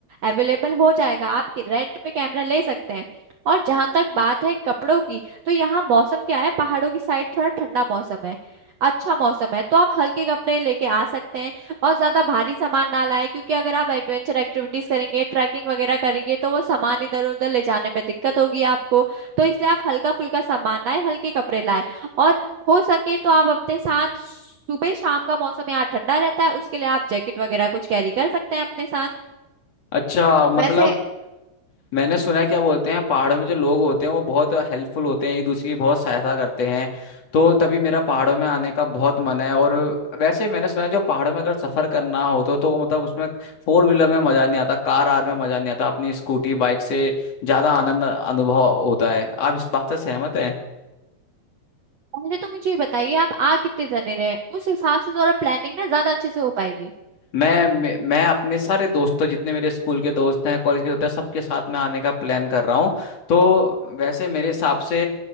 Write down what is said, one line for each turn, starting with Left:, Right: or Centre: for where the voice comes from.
Right: अवेलेबल हो जाएगा आप रेंट पे कैमरा ले सकते हैं और जहां तक बात है कपड़ों की तो यहाँ मौसम क्या है पहाड़ों की साइड थोड़ा ठंडा मौसम है अच्छा मौसम है तो आप हल्के कपड़े लेके आ सकते हैं और ज्यादा भारी सामान ना लाए क्योंकि अगर आप एडवेंचर एक्टिविटीज करेंगे ट्रैकिंग वगैरह करेंगे तो वो सामान इधर उधर ले जाने में दिक्कत होगी आपको तो इसलिए आप हल्का फुल्का सामान लाए हल्के कपड़े लाए हो सके तो आप अपने साथ सुबह शाम का मौसम यहाँ ठंडा रहता है उसके लिए आप जैकेट वगैरह कुछ कैरी कर सकते हैं अपने साथ
Left: अच्छा मतलब
Right: वैसे
Left: मैंने सुना है क्या बोलते हैं पहाड़ों में जो लोग होते हैं वो बहुत हेल्पफुल होते हैं एक दूसरे की बहुत सहायता करते हैं तो तभी मेरा पहाड़ों में आने का बहुत मन है और वैसे मैंने सुना है जो पहाड़ों में अगर सफर करना हो तो तो मतलब उसमें फोर व्हीलर में मजा नहीं आता कार आर में मजा नहीं आता अपनी स्कूटी बाइक से ज्यादा आनंद अनुभव होता है आप इस बात से सहमत हैं
Right: पहले तो मुझे ये बताइए आप आ कितने जने रहे हैं उस हिसाब से जरा प्लानिंग ना ज्यादा अच्छे से हो पाएगी
Left: मैं मैं मैं अपने सारे दोस्तों जितने मेरे स्कूल के दोस्त हैं कॉलेज के दोस्त हैं सबके साथ मैं आने का प्लान कर रहा हूँ तो वैसे मेरे हिसाब से